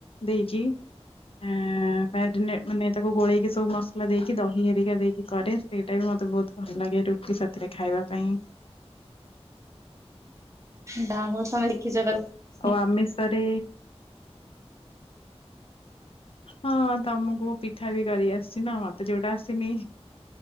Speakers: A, on the left (about 60°); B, on the right (about 25°).
A: ଦେଇଛିି। ଆଁ ମାନେ ତାକୁ ଗୋଳେଇକି ସବୁ ମସଲା ଦେଇକି ଦହି ଦେଇକି ଦେଇକି କରେ ସେଇଟା ବି ମତେ ବହୁତ ଭଲ ଲାଗେ ରୁଟି ସାଥିରେ ଖାଇବା ପାଇଁ।
B: ଯା ହେଉ ତମେ ତାକୁ ଦେଇଛି।
A: ଆଉ ଆମିଷରେ ହଁ ତମକୁ ପିଠା ବି କରି ଆସିଛି ନା ମତେ ଯୋଉଟା ଆସିନି।